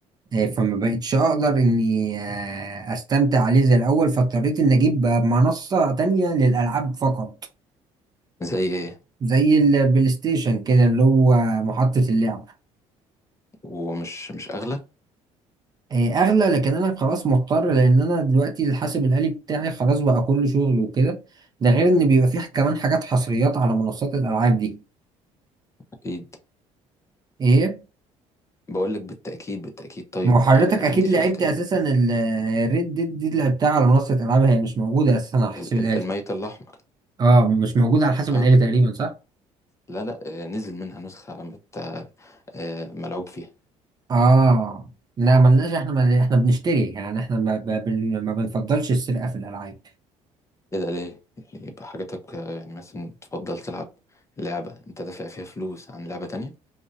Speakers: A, on the right; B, on the left.
A: آه، فما بقتش اقدر اني آه، استمتع عليه زي الاول فاضطريت اني اجيب منصة تانية للالعاب فقط
B: زي إيه
A: زي البلاي ستيشن كده اللي هو محطة اللعب
B: ومش مش أغلى
A: آه، اغلى لكن انا خلاص مضطر لان انا دلوقتي الحاسب الآلي بتاعي خلاص بقى كل شغل وكده ده غير ان بيبقى فيه كمان حاجات حصريات على منصات الالعاب دي
B: أكيد
A: ايه
B: بقول لك بالتأكيد بالتأكيد طيب
A: ما هو حضرتك
B: ع-
A: اكيد
B: عندي سؤال
A: لعبت
B: تاني
A: اساسا الريد ديد دي اللي لعبتها على منصه العاب هي مش موجوده اساسا على حسب
B: ال-
A: الالي
B: ال- الميت الأحمر
A: اه مش موجود على حسب
B: أه
A: الآلي تقريبا صح؟
B: لا لا آه، نزل منها نسخة مت آه، آه، ملعوب فيها
A: اه لا ملناش احنا مل... احنا بنشتري يعني احنا ما, ب... بن... ما بنفضلش السرقه في الالعاب
B: إيه ده ليه؟ يعني يبقى حاجتك آه، يعني مثلا تفضل تلعب لعبة أنت دافع فيها فلوس عن لعبة تانية